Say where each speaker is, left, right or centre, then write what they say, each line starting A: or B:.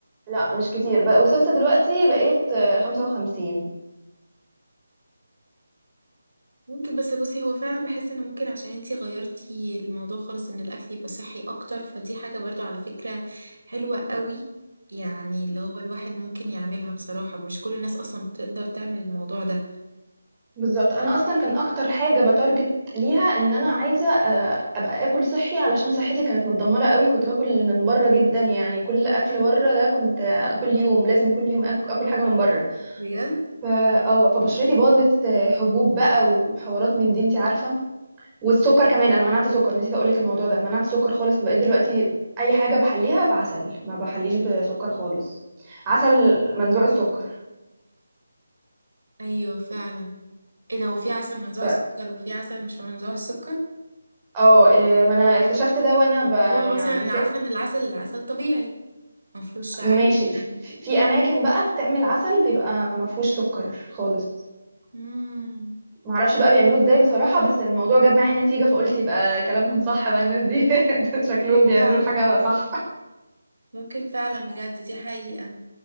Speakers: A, on the right (about 20°); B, on the right (about 65°).
A: لا مش كتير بقى وصلت دلوقتي بقيت آه، 55
B: ممكن بس بصي هو فعلا بحس ان ممكن عشان انتي غيرتي الموضوع خالص ان الاكل يبقى صحي اكتر فدي حاجة برضو على فكرة حلوة قوي يعني اللي هو الواحد ممكن يعملها بصراحة مش كل الناس اصلا بتقدر تعمل الموضوع ده
A: بالظبط انا اصلا كان اكتر حاجه بتارجت ليها ان انا عايزه آه، ابقى اكل صحي علشان صحتي كانت متدمره قوي كنت باكل من بره جدا يعني كل اكل بره ده كنت آه، كل يوم لازم كل يوم آك- اكل حاجه من بره
B: بجد
A: فا اه فبشرتي باظت آه، حبوب بقى وحوارات من دي انت عارفه والسكر كمان انا منعت سكر نسيت اقول لك الموضوع ده منعت سكر خالص بقيت دلوقتي اي حاجه بحليها بعسل ما بحليش بسكر خالص عسل منزوع السكر
B: ايوه فعلا ايه ده وفي عسل منزوع
A: ف...
B: السكر وفي عسل مش منزوع السكر
A: اه إيه، ما انا اكتشفت ده وانا ب...
B: اللي هو
A: يعني
B: مثلا أنا
A: ك...
B: عارفه ان العسل العسل طبيعي مفهوش عادي
A: ماشي
B: يعني
A: ف- في اماكن بقى بتعمل عسل بيبقى ما فيهوش سكر خالص
B: امم
A: ما اعرفش بقى بيعملوه ازاي بصراحه بس الموضوع جاب معايا نتيجه فقلت يبقى كلامهم صح بقى الناس دي <laughs>
B: ممكن
A: شكلهم بيعملوا
B: فعلا
A: الحاجه
B: اه
A: صح
B: ممكن فعلا بجد دي حقيقه